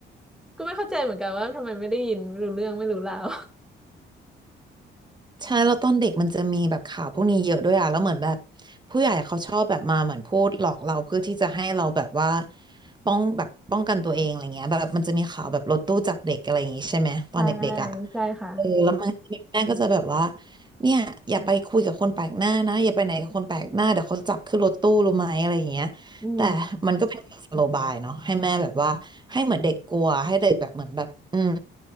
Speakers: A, in the centre; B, on the right.
A: ก็ไม่เข้าใจเหมือนกันว่าทำไมไม่ได้ยินไม่รู้เรื่องไม่รู้ราว
B: ใช่แล้วตอนเด็กมันจะมีแบบข่าวพวกนี้เยอะด้วยอ่ะแล้วเหมือนแบบผู้ใหญ่เขาชอบแบบมาเหมือนพูดหลอกเราเพื่อที่จะให้เราแบบว่าป้องแบบป้องกันตัวเองอะไรเงี้ยแบบมันจะมีข่าวแบบรถตู้จับเด็กอะไรอย่างงี้ใช่ไหมตอนเด็กๆอ่ะ
A: ใช่ใช่ค่ะ
B: เออแล้วมันแม่ก็จะแบบว่าเนี่ยอย่าไปคุยกับคนแปลกหน้านะอย่าไปไหนกับคนแปลกหน้าเดี๋ยวเขาจับขึ้นรถตู้รู้ไหมอะไรอย่างเงี้ยแต่มันก็เป็นสโลบายเนาะให้แม่แบบว่าให้เหมือนเด็กกลัวให้เด็กแบบเหมือนแบบอืม
A: อืม